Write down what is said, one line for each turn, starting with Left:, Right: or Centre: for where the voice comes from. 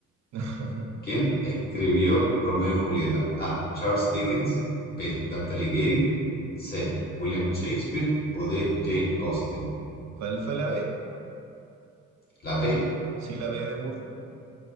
Right: <laughs>
Left: ¿Quién escribió Romeo y Julieta? A. Charles Dickens. B. Dante Alighieri. C. William Shakespeare. O D. Jane Austen.
Right: ¿Cuál fue la B?
Left: La B.
Right: Sí, la B de burro.